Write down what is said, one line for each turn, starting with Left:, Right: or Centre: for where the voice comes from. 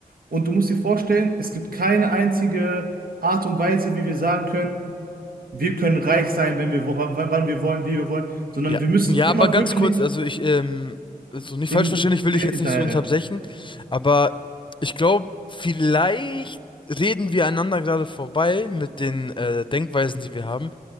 Right: und du musst dir vorstellen, es gibt keine einzige Art und Weise, wie wir sagen können, wir können reich sein, wenn wir, wo- wann, wann wir wollen, wie wir wollen, sondern
Left: Ja,
Right: wir müssen
Left: ja,
Right: immer
Left: aber ganz
Right: wirklich
Left: kurz, also ich, ähm, so nicht
Right: dem
Left: falsch verstehen, ich will
Right: Geld
Left: dich jetzt
Right: hinterherrennen.
Left: nicht so unterbrechen, aber ich glaube, vielleicht reden wir einander gerade vorbei mit den äh, Denkweisen, die wir haben,